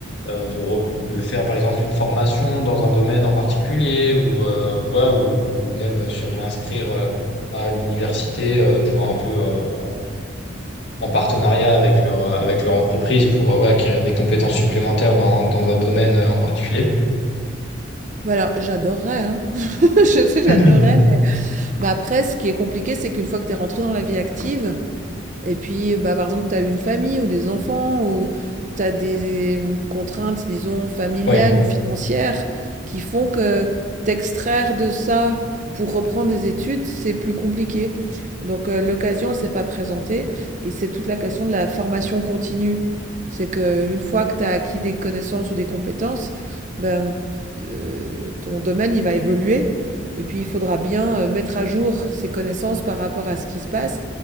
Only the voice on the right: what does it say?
Voilà, j'adorerais, hein. <laughs> Je sais, j'adorerais,
mais... mais après, ce qui est compliqué, c'est qu'une fois que tu es rentré dans la vie active, Et puis, bah, par exemple, tu as une famille ou des enfants ou tu as des euh, contraintes, disons, familiales
ou financières qui font que t'extraire de ça pour reprendre des études, c'est plus compliqué. Donc, euh, l'occasion, elle s'est pas présentée et c'est toute la question de la formation continue. C'est que une fois que tu as acquis des connaissances ou des compétences, ben, euh, ton domaine, il va évoluer. Et puis, il faudra bien euh, mettre à jour ses connaissances par rapport à ce qui se passe.